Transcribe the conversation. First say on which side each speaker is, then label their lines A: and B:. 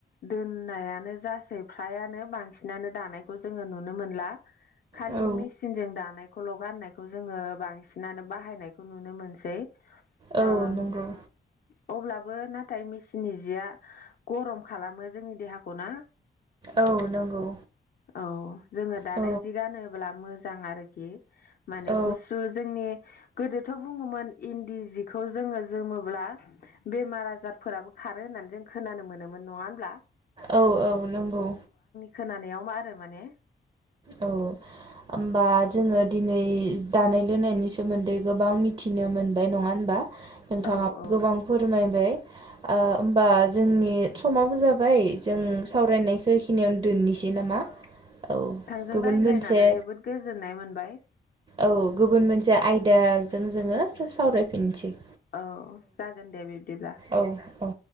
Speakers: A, on the left; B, on the right.
A: होन नायानो जासै फ्रायानो बांसिनानो दानायखौ जोङो नुनो मोनला। खालि
B: औ
A: मेसिनजों दानायखौल' गाननायखौ जोङो बांसिनानो बाहायनायखौ नुनो मोनसै।
B: औ
A: ओ
B: नंगौ
A: अब्लाबो नाथाय मेसिननि जिया गरम खालामो जोंनि देहाखौ ना।
B: औ नंगौ
A: औ जोङो दानाय
B: औ
A: जि गानोब्ला मो जां आरोखि माने
B: औ
A: गु सु जोंनि गोदोथ' बुङोमोन इन्दि जिखौ जोङो जोमोब्ला बेमार आजारफोराबो खारो होननानै जों खोनानो मोनोमोन नङा होमबा।
B: औ औ नंगौ
A: खोनानायाव मा आरो माने।
B: औ होमबा जोङो दिनै दानाय लुनायनि सोमोन्दै गोबां मिथिनो मोनबाय नङा होनबा। नोंथाङा
A: औ औ
B: गोबां फोरमायबाय। ओ होमबा जोंनि समाबो जाबाय जों सावरायनायखो बेखिनियावनो दोननोसै नामा औ
A: जों
B: गुबुन
A: रायज्लायनानै
B: मोनसे
A: जोबोद गोजोननाय मोनबाय।
B: औ गुबुन मोनसे आयदाजों जोङो फिन सावरायफिननोसै।
A: औ जागोन दे बिब्दिब्ला
B: औ औ